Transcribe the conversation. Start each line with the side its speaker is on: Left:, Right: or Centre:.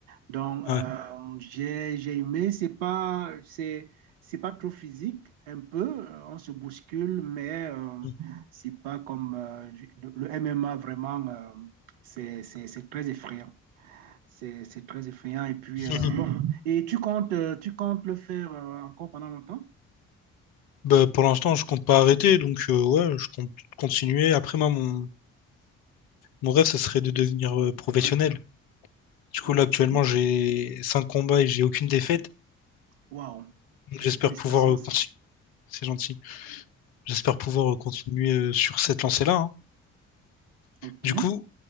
Right: Donc, euh,
Left: Ouais.
Right: j'ai, j'ai aimé, c'est pas, c'est, c'est pas trop physique, un peu, euh, on se bouscule, mais euh,
Left: Mm.
Right: c'est pas comme euh, je- le le MMA vraiment, euh, c'est, c'est, c'est très effrayant. C'est, c'est très effrayant. Et puis,
Left: <laughs>
Right: euh, bon, et tu comptes, euh, tu comptes le faire euh, encore pendant longtemps?
Left: Bah, pour l'instant, je compte pas arrêter, donc euh, ouais, je compte continuer. Après, moi, mon, mon rêve, ça serait de devenir euh, professionnel. Du
Right: Ok.
Left: coup, là, actuellement, j'ai cinq combats et j'ai aucune défaite.
Right: Waouh. Ça,
Left: Donc,
Right: c'est
Left: J'espère
Right: félicitations,
Left: pouvoir euh,
Right: ça.
Left: continuer. C'est gentil. J'espère pouvoir euh, continuer euh, sur cette lancée-là. hein.
Right: Ok.
Left: Du coup,